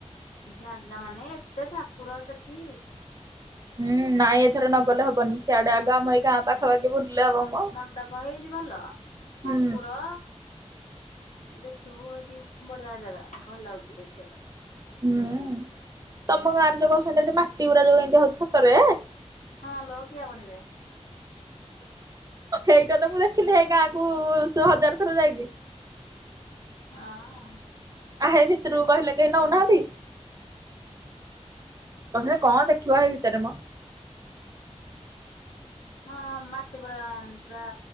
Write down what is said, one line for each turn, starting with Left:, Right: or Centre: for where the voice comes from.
Left: ଜାଗା ମାନେ ଏତେ ଠାକୁର ସେଠି
Right: ହୁଁ ନାଇଁ ଏଥର ନଗଲେ ହବନି ସିଆଡ଼େ ଆଗ ଆମ ଏଇ ଗାଁ ପାଖପ ପାଖି ବୁଲିଲେ ହବ ମ
Left: ମଣ୍ଡପ ହେଇଛି ଭଲ।
Right: ହୁଁ
Left: ଠାକୁର ଦେଖିବୁ ଏଠି ବଢ଼ିଆ ଜାଗା ଭଲ ଲାଗୁଛି ଦେଖିବା ପାଇଁ
Right: ହୁଁ ତମ ଗାଁରେ ଯୋଉ କହୁଛନ୍ତି ଏଠି ମାଟି ଗୁରା ଯୋଉ ଏମିତି ହଉଛି ସତରେ
Left: ହଁ ଲୋ କିଆ ଭଣିରେ।
Right: ଏଇଟା ତ ମୁଁ ଦେଖିନି ଏଇ ଗାଁ କ ସେ ହଜାର ଥର ଯାଇକି
Left: ହଁ
Right: ଆ ହେଇ ଭିତରୁକୁ କହିଲେ କେହି ନୋଉନାହାନ୍ତି କ କଣ ଦେଖିବା ଭଇ ଭିତରେ ମ
Left: ହଁ ମାଟି ପଡା ପୁରା